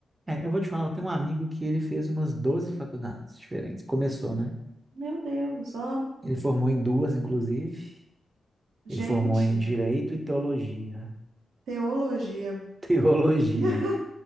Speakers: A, on the right; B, on the right.
A: É, eu vou te falar, eu tenho um amigo que ele fez umas 12 faculdades diferentes. Começou, né?
B: Meu Deus, ó,
A: Ele formou em duas, inclusive.
B: gente,
A: Ele formou em Direito e Teologia.
B: teologia.
A: <laughs> Teologia.
B: <laughs>